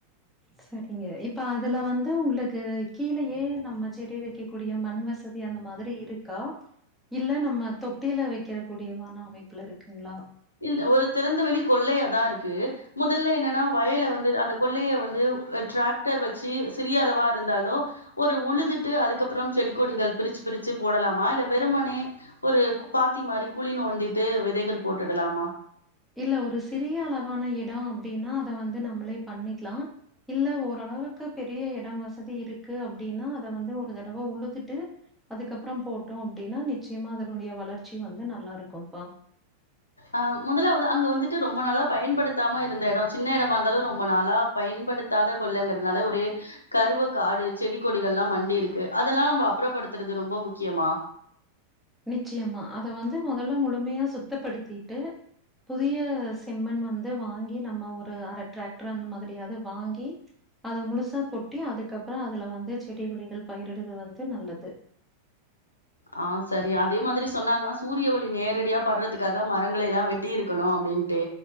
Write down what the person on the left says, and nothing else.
இல்ல ஒரு திறந்த வெளி கொள்ளயாதா இருக்கு முதல்ல என்னன்னா வயல வந்து அந்த கொள்ளய வந்து ட்ராக்டர் வச்சு சிறிய அளவா இருந்தாலு ஒரு உழுதுட்டு அதுக்கப்புறம் செடி கொடிகள் பிரிச்சு பிரிச்சு போடலாமா இல்ல வெறுமனே ஒரு பாத்தி மாரி குழி நோண்டிட்டு வெதைகள் போட்டுடலாமா
அ முதலாவது அங்க வந்துட்டு ரொம்ப நாளா பயன்படுத்தாம இருந்த எடோ சின்ன எடமா இருந்தாலு ரொம்ப நாளா பயன்படுத்தாத கொள்ளங்கிறதுனால ஒரே கருவ காடு செடி கொடிகள் எல்லா மண்டிருக்கு அதெல்லா நம்ப அப்றப்படுத்துறது ரொம்ப முக்கியமா
ஆ சரி அதே மாதிரி சொன்னாங்க சூரிய ஒளி நேரடியா படுறதுக்காக மரங்கள் எல்லா வெட்டி இருக்கணு அப்டின்ட்டு